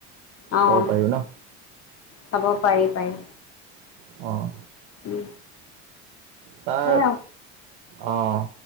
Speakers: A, on the left (about 45°); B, on the right (about 80°).
A: অ',
B: চাব পাৰি ন
A: চাব পাৰি পাৰি
B: অহ
A: উম
B: তাৰ
A: সেয়া
B: অহ